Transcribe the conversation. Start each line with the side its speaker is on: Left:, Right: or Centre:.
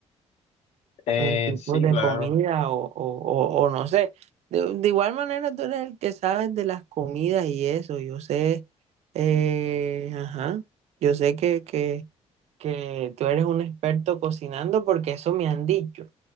Left: Eh,
Right: en tipos
Left: sí,
Right: de
Left: claro,
Right: comida o, o, o, o no sé. De, de igual manera tú eres el que sabes de las comidas y eso. Yo sé, eh, ajá, yo sé que, que, que tú eres un experto cocinando porque eso me han dicho.